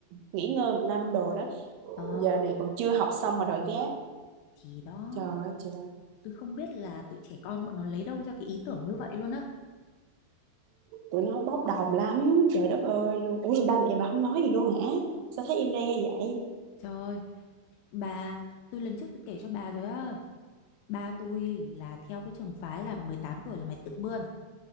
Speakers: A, on the right; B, on the left.
A: nghỉ ngơi một năm đồ đó
B: Ờ,
A: giờ này còn chưa học xong mà đòi gap
B: thì đó,
A: trời ơi trời
B: tôi không biết là tụi trẻ con bọn nó lấy đâu ra cái ý tưởng như vậy luôn á.
A: tụi nó bốc đồng lắm trời đất ơi luôn ủa rồi ba mẹ bà không nói gì luôn hả sao thấy im re vậy
B: Trời, bà, tôi lần trước tôi kể cho bà rồi á. Ba tôi là theo cái trường phái là 18 tuổi là mày tự bươn.